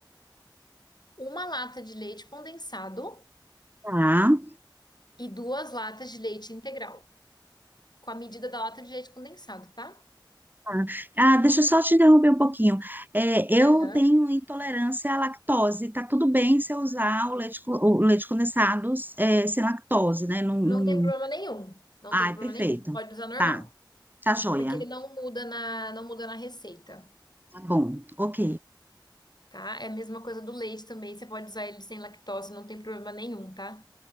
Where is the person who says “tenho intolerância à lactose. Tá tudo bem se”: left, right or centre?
Right